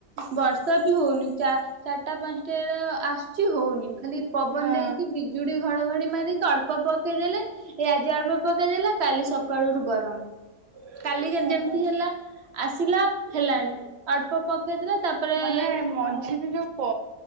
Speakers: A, on the right; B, on the right.
A: ବର୍ଷା ବି ହଉନି ଚାରିଟା ପାଞ୍ଚଟା ବେଳ ଆସୁଛି ହଉନି ଖାଲି ପବନ
B: ନା
A: ଦେଇକି ବିଜୁଡି ଘଡଘଡ଼ି ମାରିକି ଅଳ୍ପ ପକେଇଦେଲେ ଏଇ ଆଜି ଅଳ୍ପ ପକେଇ ଦେଲା କାଲି ସକାଳ ରୁ ଗରମ। କାଲି ଯେମିତି
B: ହଁ
A: ଏମିତି ହେଲା ଆସିଲା ହେଲାଣି। ଅଳ୍ପ ପକେଇଦେଲେ ତାପରେ
B: ମାନେ
A: ଏ
B: ମଝିରେ ଯୋଉ ପ